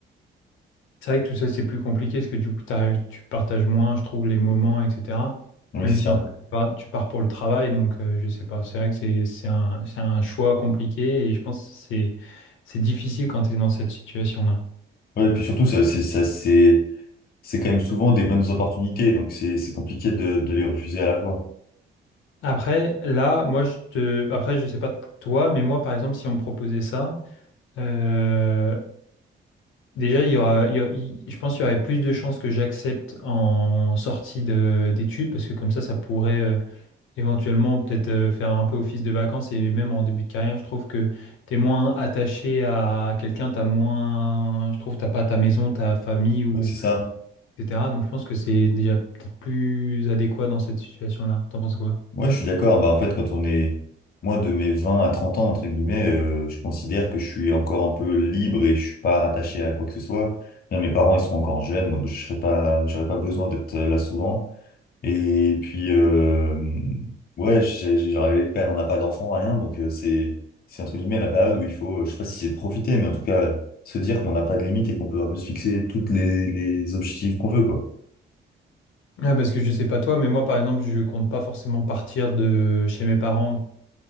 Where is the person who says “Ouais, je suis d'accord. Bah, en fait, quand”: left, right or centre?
Left